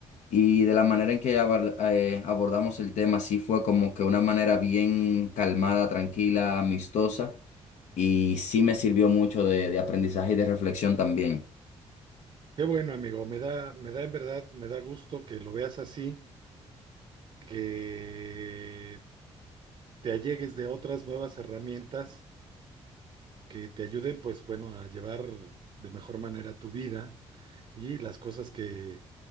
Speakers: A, on the left; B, on the right.
A: y de la manera en que abar- eh, abordamos el tema sí fue como que una manera bien calmada, tranquila, amistosa, y sí me sirvió mucho de de aprendizaje y de reflexión también.
B: Qué bueno, amigo, me da, me da en verdad, me da gusto que lo veas así, que te allegues de otras nuevas herramientas que te ayuden, pues bueno, a llevar de mejor manera tu vida y las cosas que,